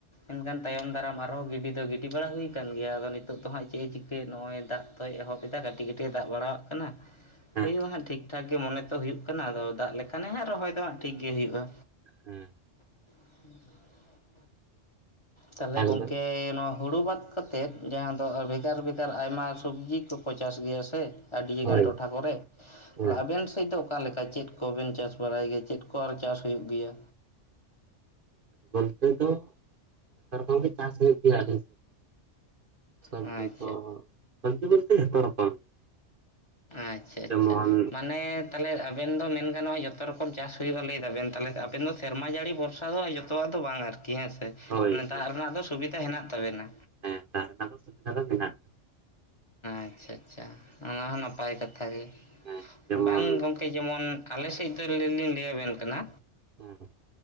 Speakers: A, on the left; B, on the right.
A: ᱮᱱᱠᱷᱟᱱ ᱛᱟᱭᱚᱢ ᱫᱟᱨᱟᱢ ᱟᱨᱦᱚᱸ ᱜᱤᱰᱤ ᱫᱚ ᱜᱤᱰᱤ ᱵᱟᱲᱟ ᱦᱩᱭ ᱟᱠᱟᱱ ᱜᱮᱭᱟ ᱟᱫᱚ ᱱᱤᱛᱚᱜ ᱫᱚ ᱦᱟᱸᱜ ᱪᱮᱫ ᱮ ᱪᱤᱠᱟᱹᱭ ᱱᱚᱜᱼᱚᱭ ᱫᱟᱜᱼᱼ ᱡᱚᱛᱚᱭ ᱮᱦᱚᱵ ᱮᱫᱟ ᱠᱟᱹᱴᱤᱡ ᱠᱟᱹᱴᱤᱡ ᱮ ᱫᱟᱜ ᱵᱟᱲᱟᱣᱟᱜ ᱠᱟᱱᱟ
B: ᱦᱮᱸ
A: ᱦᱩᱭᱩᱜᱼᱟ ᱦᱟᱸᱜ ᱴᱷᱤᱠ᱾ ᱴᱷᱟᱠ ᱜᱮ ᱢᱚᱱᱮ ᱛᱚ ᱦᱩᱭᱩᱜ ᱠᱟᱱᱟ, ᱟᱫᱚ ᱫᱟᱜ ᱞᱮᱠᱷᱟᱱ ᱮ ᱦᱟᱸᱜ ᱨᱚᱦᱚᱭ ᱫᱚ ᱦᱟᱜ ᱴᱷᱤᱠ ᱜᱮ ᱦᱩᱭᱩᱜᱼᱟ᱾
B: ᱦᱮᱸ᱾
A: <unintelligible> ᱛᱟᱦᱚᱞᱮ
B: ᱦᱮᱸ
A: ᱜᱚᱝᱠᱮ ᱱᱚᱣᱟᱼᱼ ᱦᱩᱲᱩ ᱵᱟᱫ ᱠᱟᱛᱮᱫ ᱡᱟᱦᱟᱸ ᱫᱚ ᱵᱷᱮᱜᱟᱨ ᱵᱷᱮᱜᱟᱨ ᱟᱭᱢᱟ ᱥᱚᱵᱽᱡᱤ ᱠᱚᱠᱚ ᱪᱟᱥ ᱜᱮᱭᱟ ᱥᱮ᱾ ᱟᱹᱰᱤ
B: ᱦᱳᱭ
A: ᱜᱟᱱ ᱴᱚᱴᱷᱟ ᱠᱚᱨᱮ
B: ᱦᱮᱸ
A: ᱟᱫᱚ ᱟᱵᱮᱱᱼᱼ ᱥᱮᱫ ᱫᱚ ᱚᱠᱟ ᱞᱮᱠᱟ ᱪᱮᱫ ᱠᱚ ᱵᱮᱱ ᱪᱟᱥ ᱵᱟᱲᱟᱭ ᱜᱮᱭᱟ, ᱪᱮᱫ ᱠᱚ ᱟᱨ ᱪᱟᱥ ᱦᱩᱭᱩᱜ ᱜᱮᱭᱟ?
B: ᱱᱚᱱᱛᱮ ᱫᱚ ᱥᱟᱨᱟ ᱠᱷᱚᱱ ᱜᱮ ᱪᱟᱥ ᱦᱩᱭᱩᱜ ᱜᱮᱭᱟ ᱫᱚ ᱥᱚᱵᱫᱤ
A: ᱟᱪᱪᱷᱟ
B: ᱠᱚ ᱥᱚᱵᱡᱤ ᱵᱚᱞᱛᱮ ᱡᱮᱛᱚ ᱨᱚᱠᱚᱢ ᱜᱮ
A: ᱟᱪᱪᱷᱟ ᱟᱪᱪᱷᱟ
B: ᱡᱮᱢᱚᱱ
A: ᱢᱟᱱᱮ ᱛᱟᱦᱚᱞᱮ ᱟᱵᱮᱱ ᱫᱚ ᱢᱮᱱ ᱜᱟᱱᱚᱜᱼᱟ ᱡᱚᱛᱚ ᱨᱚᱠᱚᱢ ᱪᱟᱥ ᱦᱩᱭᱩᱜᱼᱟ ᱞᱟᱹᱭ ᱫᱟᱵᱮᱱ ᱛᱟᱦᱚᱞᱮ ᱟᱵᱮᱱ ᱫᱚ ᱥᱮᱨᱢᱟ ᱡᱟᱹᱲᱤ ᱵᱷᱚᱨᱥᱟ ᱫᱚ ᱡᱚᱛᱚᱣᱟᱜ ᱫᱚ ᱵᱟᱝ ᱟᱨᱠᱤ ᱠᱤ ᱦᱮᱸᱥᱮ
B: ᱦᱳᱭ
A: ᱫᱟᱜ
B: ᱦᱳᱭ
A: ᱨᱮᱱᱟᱜ ᱫᱚ ᱥᱩᱵᱤᱫᱷᱟ ᱦᱮᱱᱟᱜ ᱛᱟᱵᱮᱱᱟ
B: ᱦᱮᱸ ᱫᱟᱜ ᱨᱮᱟᱱᱟᱜ ᱫᱚ ᱥᱩᱵᱤᱫᱷᱟ ᱫᱚ ᱢᱮᱱᱟᱜᱼᱟ
A: ᱟᱪᱪᱷᱟ ᱟᱪᱪᱷᱟ ᱚᱱᱟ ᱦᱚᱸ ᱱᱟᱯᱟᱭ ᱠᱟᱛᱷᱟ ᱜᱮ
B: ᱦᱮᱸ ᱡᱮᱢᱚᱱ
A: ᱵᱟᱝ ᱜᱚᱝᱠᱮ ᱡᱮᱢᱚᱱ ᱟᱞᱮ ᱥᱮᱫ ᱫᱚ ᱞᱤᱧ ᱞᱟᱹ ᱟᱵᱮᱱ ᱠᱟᱱᱟ
B: ᱦᱮᱸ